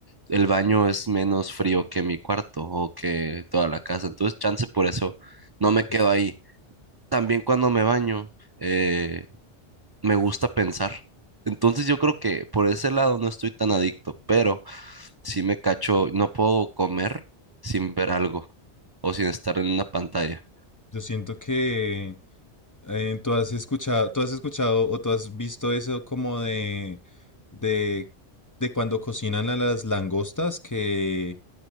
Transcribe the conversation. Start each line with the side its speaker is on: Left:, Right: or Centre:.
Right: el baño es menos frío que mi cuarto o que toda la casa, entonces chance por eso no
Left: Ok.
Right: me quedo ahí. También cuando me baño, eh, me gusta pensar, entonces yo creo que por ese lado no estoy tan adicto, pero sí me cacho, no puedo comer sin ver algo o sin estar en una pantalla.
Left: Yo siento que eh, tú has escuchado, tú has escuchado o tú has visto eso como de, de, de cuando cocinan a las langostas que